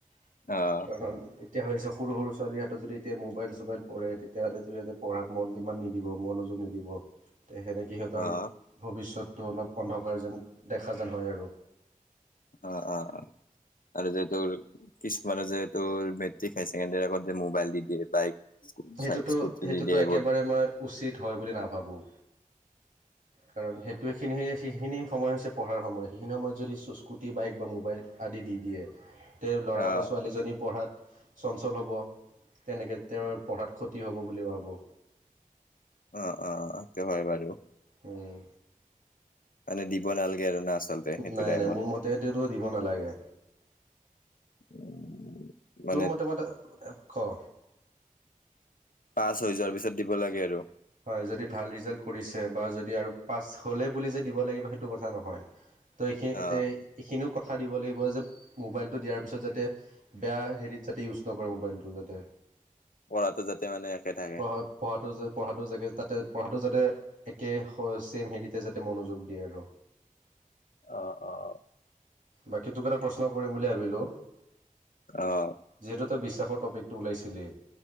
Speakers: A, on the left; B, on the right.
A: অ',
B: কাৰণ এতিয়া হৈছে সৰু সৰু ছোৱালীৰহাতত যদি এতিয়া মোবাইল-চোবাইল পৰে তেতিয়াহ'লেতো ইহঁতে পঢ়াত মন ইমান নিদিব মনোযোগ নিদিব। তে সেনেকৈ সিহঁতৰ
A: অ',
B: ভৱিষ্যতটো অলপ অন্ধকাৰ যেন দেখা যেন হয় আৰু।
A: অ অ অ আৰু যে তোৰ কিছুমানে যে তোৰ মেট্ৰিক হায় ছেকেণ্ডৰীৰ আগত যে মোবাইল দি দিয়ে বাইক
B: সেইটোতো
A: স্কুটি
B: সেইটোতো
A: দি দিয়ে এইবোৰ
B: একেবাৰে মই উচিত হয় বুলি নাভাবোঁ। কাৰণ সেইটো এইখিনি সেইখিনি সময় হৈছে পঢ়াৰ সময় সেইখিনি সময়ত যদি স্কুটি বাইক বা মোবাইল আদি দি দিয়ে তেওঁৰ ল'ৰা
A: অ',
B: বা ছোৱালীজনী পঢ়াত চঞ্চল হ'ব, তেনেকে তেওঁৰ পঢ়াত ক্ষতি হ'ব বুলি ভাবোঁ।
A: অ', অ', সেইটো হয় বাৰু।
B: উম।
A: মানে দিব নালাগে আৰু না আচলতে সেইটো
B: নাই
A: টাইমত
B: নাই মোৰ মতে তেওটো দিব নালাগে।
A: উম, মানে
B: তোৰ মতে মতে, ক'
A: পাছ হৈ যোৱাৰ পিছত দিব লাগে আৰু।
B: হয় যদি ভাল ৰিজাল্ট কৰিছে বা যদি আৰু পাছ হ'লেই বুলি যে দিব লাগিব সেইটো কথা নহয়। তো এইখিনিতে
A: অ',
B: এইখিনিও কথা দিব লাগিব যে মোবাইলটো দিয়াৰ পিছত যাতে বেয়া হেৰিত যাতে ইউজ নকৰে মোবাইলটো যাতে।
A: পঢ়াটো যাতে মানে একে থাকে।
B: পঢ়া পঢ়াটো যে পঢ়াটো যাগে তাতে পঢ়াটো যাতে একে চেম হেৰিতে যাতে মনোযোগ দিয়ে আৰু।
A: অ', অ'।
B: বাকী তোক এটা প্ৰশ্ন কৰিম বুলি ভাবিলোঁ।
A: অহ।
B: যিহেতু তই বিশ্বাসৰ তপিকটো ওলাইছিলি,